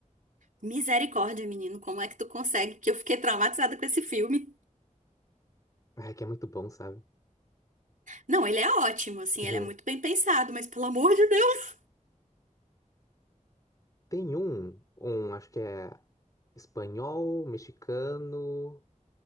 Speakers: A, on the right (about 80°); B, on the left (about 25°).
A: Misericórdia, menino, como é que tu consegue? Que eu fiquei traumatizada com esse filme.
B: É que é muito bom, sabe?
A: Não, ele é ótimo, assim,
B: <laughs>
A: ele é muito bem pensado, mas pelo amor de Deus.
B: Tem um, um, acho que é espanhol, mexicano,